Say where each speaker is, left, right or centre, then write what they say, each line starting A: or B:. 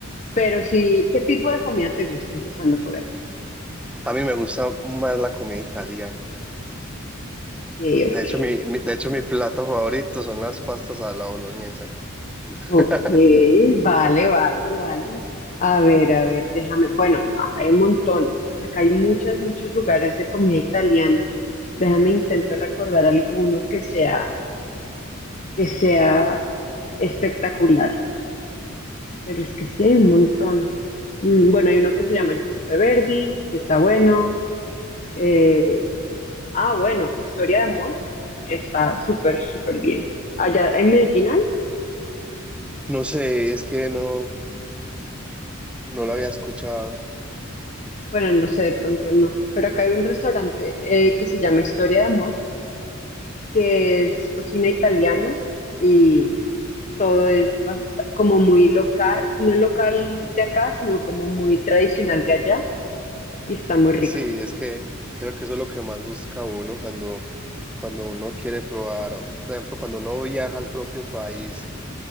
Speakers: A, on the left; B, in the centre.
A: Pero sí, ¿qué tipo de comida te gusta empezando por ahí?
B: A mí me gusta más la comida italiana.
A: Eh,
B: De hecho, mi, mi- de hecho, mi plato favorito son las pastas a la boloñesa. <laughs>
A: Ok, vale, vale, vale. A ver, a ver, déjame. Bueno, no, acá hay un montón. Acá hay muchos, muchos lugares de comida italiana. Déjame intento recordar alguno que sea, que sea espectacular. Pero es que sí hay un montón. Mm, Bueno, hay uno que se llama Giuseppe Verdi, que está bueno. Eh, ah, bueno, Historia de Amor, que está súper, súper bien. Allá en Medellín hay.
B: No sé, es que no, no lo había escuchado.
A: Bueno, no sé, de pronto no. Pero acá hay un restaurante eh, que se llama Historia de Amor, que es cocina italiana y todo es basta- como muy local, no local de acá, sino como muy tradicional de allá y está muy rico.
B: Sí, es que creo que eso es lo que más busca uno cuando, cuando uno quiere probar, o, por ejemplo, cuando uno viaja al propio país